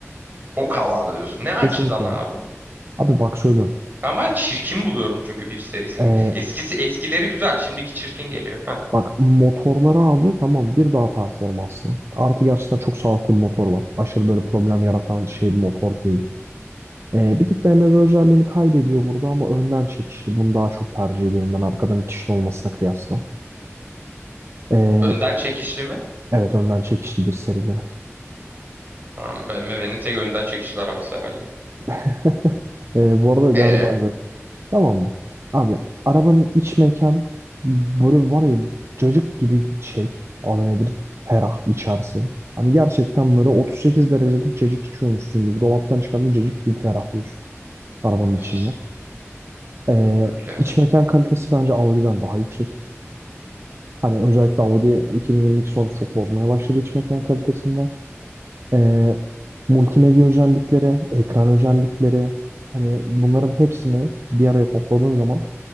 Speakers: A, on the right; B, on the right.
A: O kadar diyorsun. Ne
B: Kesinlikle.
A: açıdan abi?
B: Abi bak söylüyorum.
A: Ben bayağı çirkin buluyorum çünkü bir serisini.
B: Ee,
A: Eskisi eskileri güzel, şimdiki çirkin geliyor. Hah.
B: bak motorları abi tamam bir daha performanslı. Artı gerçekten çok sağlıklı bir motor var. Aşırı böyle problem yaratan şey bir motor değil. Ee, bir tık BMW özelliğini kaybediyor burada ama önden çekişli. Bunu daha çok tercih ediyorum ben arkadan itişin olmasına kıyasla. Ee,
A: Önden çekişli mi?
B: evet önden çekişli bir serilere.
A: Tamam, BMW'nin tek önden çekişli arabası herhalde.
B: <laughs> Ee, bu arada galiba
A: E,
B: evet. Tamam mı? Abi arabanın iç mekan böyle var ya cacık gibi şey. Adı nedir? Ferah içerisi. Hani gerçekten böyle 38 derecede cacık içiyormuşsun gibi. Dolaptan çıkardığın cacık gibi ferahlıyorsun arabanın
A: oh,
B: içinden. Ee,
A: öyle mi?
B: iç mekan kalitesi bence Audi'den daha yüksek. Hani özellikle Audi 2022 sonrası çok bozmaya başladı iç mekan kalitesinde. Ee, multimedya özellikleri, ekran özellikleri hani bunların hepsini bir araya topladığın zaman